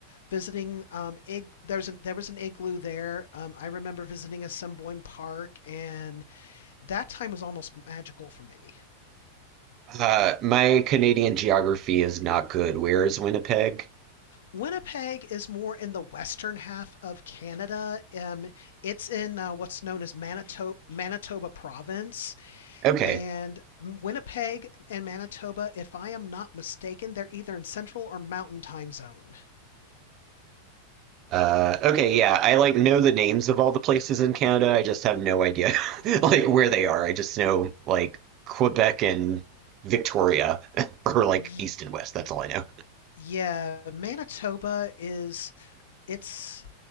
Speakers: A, on the left; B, on the right.
A: visiting um, ig- there's an, there was an igloo there. Um, I remember visiting Assiniboine Park, and that time was almost magical for me.
B: Uh, my Canadian geography is not good. Where is Winnipeg?
A: Winnipeg is more in the western half of Canada. Um, it's in uh, what's known as Manito- Manitoba Province.
B: Okay.
A: And Winnipeg and Manitoba, if I am not mistaken, they're either in Central or Mountain Time Zone.
B: Uh, okay, yeah. I like know the names of all the places in Canada. I just have no idea <laughs> like where they are. I just know like Quebec and Victoria <laughs> or like
A: Y-
B: east and west. That's all I know.
A: yeah, Manitoba is it's